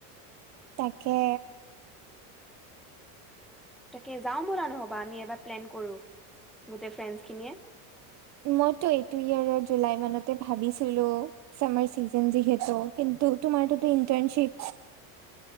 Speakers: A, on the right; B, in the centre.
A: তাকে।
B: তাকে যাওঁ বোলা নহ'বা আমি এবাৰ প্লেন কৰোঁ গোটেই ফ্ৰেণ্ডছ খিনিয়ে।
A: মই এইটো ইয়াৰত জুলাই মানত ভাবিছিলোঁ সময় চিজন যিহেতু- তো তোমাৰ তোটো ইণ্টেৰ্নশিপ।